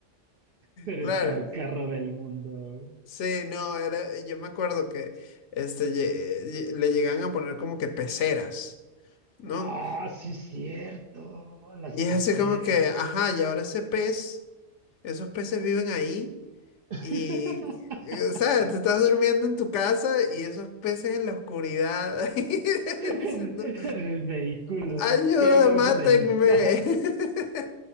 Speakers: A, on the right; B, on the left.
A: Ser
B: Claro.
A: el peor carro del mundo.
B: Sí, no, era, yo me acuerdo que este, lle- lle- le llegan a poner como que peceras, ¿no?
A: Ah, sí es cierto, las
B: Y
A: peceras.
B: es así como que, ajá, y ahora ese pez, esos peces viven ahí
A: <laughs>
B: y, o sea, tú estás durmiendo en tu casa y esos peces en la oscuridad <laughs>
A: En,
B: diciendo,
A: en el vehículo
B: ayuda,
A: que abajo
B: mátenme.
A: del sol.
B: <laughs>